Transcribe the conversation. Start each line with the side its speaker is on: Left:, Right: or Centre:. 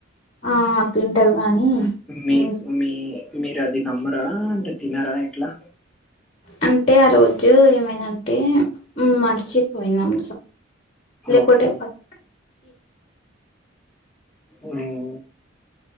Left: ఆ తింటారు కానీ
Centre: మీకు
Left: ఉమ్,
Centre: మీ మీరు అది నమ్మరా అంటే తినరా ఎట్లా
Left: అంటే ఆ రోజు ఏమైందంటే మర్చిపోయినాం లేకుంటే
Centre: ఓకే
Left: పక్క
Centre: ఉమ్